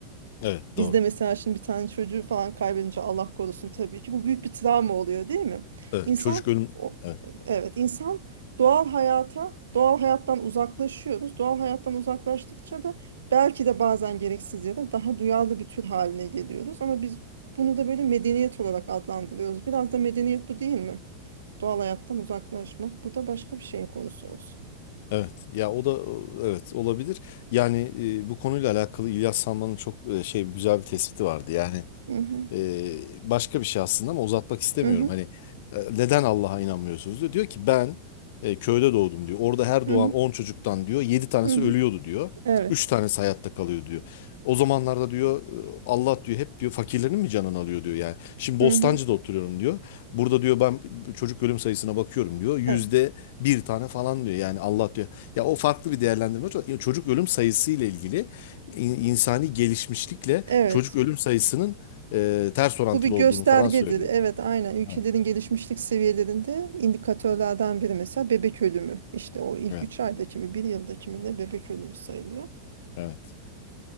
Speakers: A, on the left; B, on the right.
A: Evet
B: Bizde
A: doğru.
B: mesela şimdi bir tane çocuğu falan kaybedince Allah korusun tabii ki bu büyük bir travma oluyor değil mi?
A: Evet
B: İnsan
A: çocuk ölüm
B: o
A: Evet,
B: evet insan doğal hayata doğal hayattan uzaklaşıyoruz. Doğal hayattan uzaklaştıkça da belki de bazen gereksiz yere daha duyarlı bir tür haline geliyoruz ama biz bunu da böyle medeniyet olarak adlandırıyoruz. Biraz da medeniyet bu değil mi? Doğal hayattan uzaklaşmak. Bu da başka bir şeyin konusu olsun.
A: evet. Ya o da evet olabilir. Yani e, bu konuyla alakalı İlyas Salman'ın çok e, şey güzel bir tespiti vardı. Yani
B: Hı hı.
A: Ee, başka bir şey aslında ama uzatmak istemiyorum.
B: Hı hı.
A: Hani e, neden Allah'a inanmıyorsunuz diyor. Diyor ki ben e, köyde doğdum diyor. Orada her
B: Hı
A: doğan
B: hı.
A: 10 çocuktan diyor 7 tanesi
B: Hı hı.
A: ölüyordu diyor.
B: Evet.
A: 3 tanesi hayatta kalıyor diyor. O zamanlarda diyor e, Allah diyor hep diyor fakirlerin mi canını alıyor diyor yani. Şimdi Bostancı'da
B: Hı hı.
A: oturuyorum diyor. Burada diyor ben çocuk ölüm sayısına bakıyorum diyor. Yüzde
B: Evet.
A: bir tane falan diyor. Yani Allah diyor. Ya o farklı bir değerlendirme. Çocuk ölüm sayısı ile ilgili in- insani gelişmişlikle
B: Evet.
A: çocuk ölüm sayısının e, ters orantılı
B: Bu bir göstergedir.
A: olduğunu falan söylüyordu.
B: Evet, aynen. Ülkelerin
A: Evet,
B: gelişmişlik seviyelerinde indikatörlerden biri mesela bebek ölümü. İşte o ilk
A: evet,
B: 3 aydaki mi, bir yıldaki mi ne bebek ölümü sayılıyor.
A: evet.